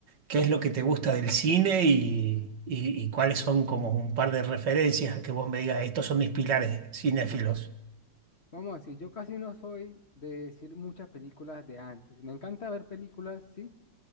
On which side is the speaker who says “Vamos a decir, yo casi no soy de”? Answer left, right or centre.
Left